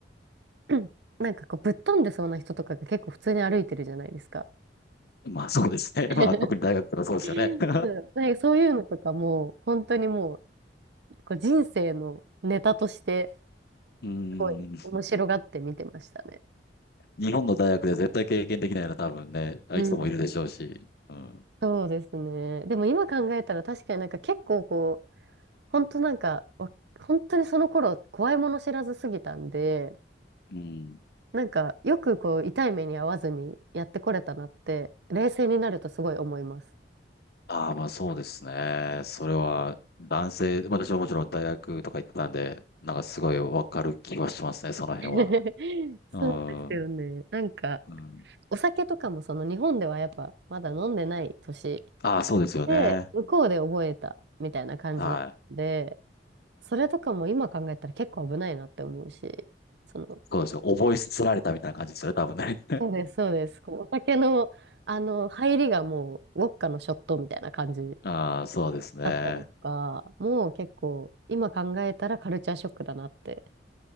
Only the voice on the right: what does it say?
<clears throat> なんかこう、ぶっ飛んでそうな人とかが結構普通に歩いてるじゃないですか。
<laughs>
そうなんかそういうのとかも、
本当にもう、こう人生のネタとして、
すごい面白がって見てましたね。
うん。
そうですね。でも今考えたら確かになんか結構こう、本当なんか、わ本当にその頃怖いもの知らずすぎたんで、
なんかよくこう痛い目に遭わずにやってこれたなって、冷静になるとすごい思います。
<laughs>
そうですよね。
なんか、
お酒とかもその日本ではやっぱまだ飲んでない年
で、向こうで覚えたみたいな感じだったんで、
それとかも今考えたら結構危ないなって思うし、その、
そうです、そうです。こうお酒の、あの、入りがもう、ウォッカのショットみたいな感じ
だったりとか、もう結構、今考えたらカルチャーショックだなって、